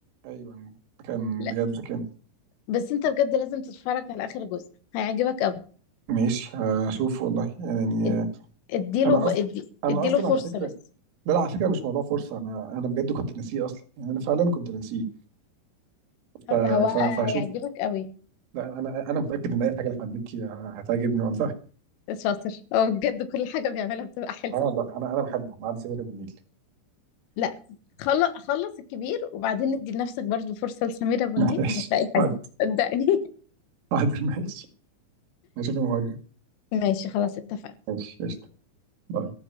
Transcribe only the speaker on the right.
ايوه كان
بجد كان
ماشي هشوف والله يعني
انا
اصلا
انا
اصلا
على فكره
لا لا على فكره مش موضوع فرصه انا انا بجد كنت ناسيه اصلا يعني انا فعلا كنت ناسيه ف...
ف... فهشوف
لا انا انا متاكد ان اي حاجه اللي هنمكي هتعجبني والله
اه لا انا انا بحبه ما عدا سمير ابو النيل
<laughs>
ماشي
حاضر
حاضر ماشي هشوف الموضوع
ماشي قشطه باي